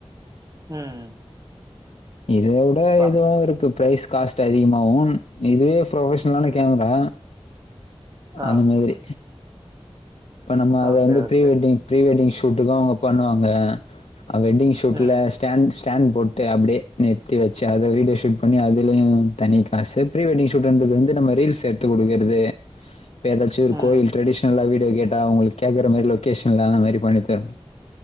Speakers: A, on the right (about 35°); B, on the left (about 85°).
A: ம்
B: இத வுட
A: அப்பா!
B: இதுவு இருக்கு ப்ரைஸ் காஸ்ட் அதிகமாவு இதுவே ப்ரொஃபஷ்லான கேமரா
A: ஆ.
B: அந்த மாதிரி இப்ப நம்ம
A: ஓகே,
B: அத வந்து
A: okay.
B: pre Wedding pre wedding ஷூட்டுக்கு அவங்க பண்ணுவாங்க அ வெட்டிங் ஷூட்டுல
A: ம்,
B: ஸ்டேண் ஸ்டேண்ட் போட்டு அப்டே நிறுத்தி வச்சே அத வீடியோ ஷூட் பண்ணி அதுலியு தனி காசு ப்ரீ வெட்டிங் ஷூட்டுன்றது வந்து நம்ம ரீல்ஸ் எடுத்து குடுக்கறது இப்ப எதாச்சு ஒரு
A: ம்,
B: கோயில் ட்ரெடிஷ்னல்லா வீடியோ கேட்டா அவுங்களுக்கு கேக்கற மாரி லொக்கேஷன்லா அந்த மாரி பண்ணித்தர